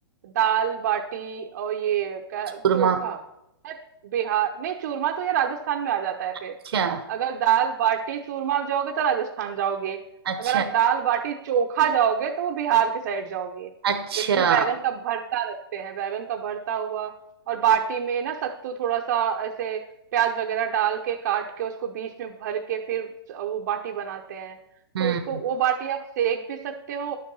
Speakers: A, on the right; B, on the right.
A: दाल बाटी और ये क्या
B: चूरमा
A: चोखा है बिहार नहीं चूरमा तो ये राजस्थान में आ जाता है
B: अच्छा
A: फिर अगर दाल बाटी चूरमा आप जाओगे तो राजस्थान जाओगे
B: अच्छा
A: अगर आप दाल बाटी चोखा जाओगे तो वो बिहार के साइड जाओगे
B: अच्छा
A: जिसमें बैगन का भरता रखते हैं बैगन का भरता हुआ और बाटी में ना सत्तू थोड़ा सा ऐसे प्याज वगैरह डाल के काट के उसको बीच में भर के फिर वो बाटी बनाते हैं
B: हम्म
A: तो उसको वो बाटी आप सेक भी सकते हो